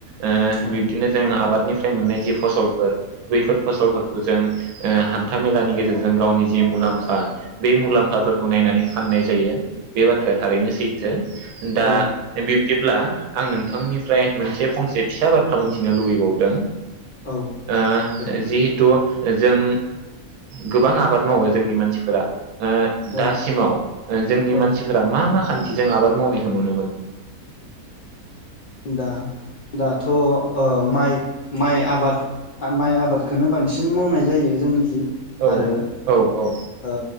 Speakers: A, on the right (about 75°); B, on the left (about 80°).
A: ओ
B: औ
A: बिबदिनो जों आबादनि फ्राय मोननाय जि फसलफोर बैफोर फसलफोरखौ जों ओ हान्था मेलानि गेजेरजों गावनि जि मुलाम्फा बे मुलाम्फाफोरखौ नायनानै फाननाय जायो बे बाथ्राया थारैनो सैथो दा
B: औ
A: बिब दिब्ला आं नोंथांनिफ्राय मोनसे फंसे फिसा बाथ्रा मोनथिनो लुबैबावदों
B: औ
A: ओ
B: दे
A: जिहतु जों गोबां आबाद मावो जोंनि मानसिफोरा ओ दासिमाव
B: औ
A: ओ जोंनि
B: औ
A: मानसिफोरा मा? मा मा खान्थिजों आबाद मावनायखौ नुनो मोनो?
B: दा दाथ ओ माइ माइ आबाद माइ आबादखोनो बांसिन मावनाय जायो जोंनिखि
A: औ
B: आरो
A: औ औ
B: ओ